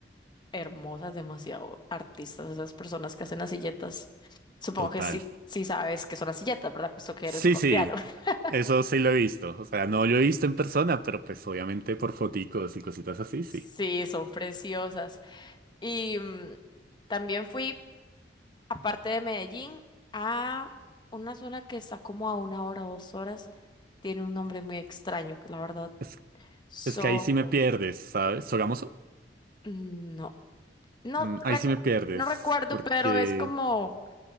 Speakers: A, on the left; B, on the right.
A: hermosas, demasiado artistas esas personas que hacen las silletas. Supongo
B: Total.
A: que sí, sí sabes que son las silletas, ¿verdad? Puesto que
B: Sí,
A: eres colombiano.
B: sí.
A: <laughs>
B: Eso sí lo he visto. O sea, no lo he visto en persona, pero pues obviamente por foticos y cositas así,
A: Sí,
B: sí.
A: son preciosas. Y mm, también fui, aparte de Medellín, a una zona que está como a una hora, o dos horas. Tiene un nombre muy extraño, que la verdad.
B: Es,
A: So,
B: es que ahí sí me pierdes, ¿sabes? ¿Sogamoso?
A: mm, no, no,
B: Mm, ahí
A: recu-
B: sí me pierdes,
A: no recuerdo,
B: porque...
A: pero es como